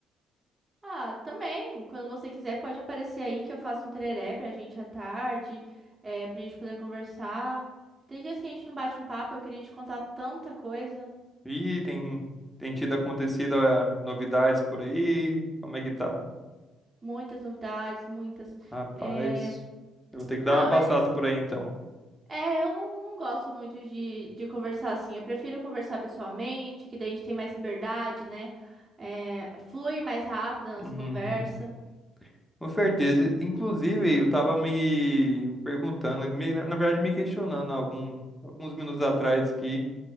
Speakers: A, on the right; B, in the centre.
A: Ah, também, quando você quiser pode aparecer aí que eu faço um tereré pra gente à tarde, é, pra gente poder conversar. Tem dias que a gente não bate um papo, eu queria te contar tanta coisa,
B: E tem, tem tido acontecido ah, novidades por aí? Como é que tá?
A: muitas novidades, muitas.
B: Rapaz,
A: É,
B: eu vou ter que dar
A: Ah,
B: uma passada
A: mas
B: por aí então.
A: É, eu não, não gosto muito de, de conversar assim. Eu prefiro conversar pessoalmente, que daí a gente tem mais liberdade, né? É, flui mais rápido a nossa
B: Uhum.
A: conversa.
B: Com certeza. Inclusive, eu tava me perguntando, me- na verdade, me questionando algum- alguns minutos atrás aqui.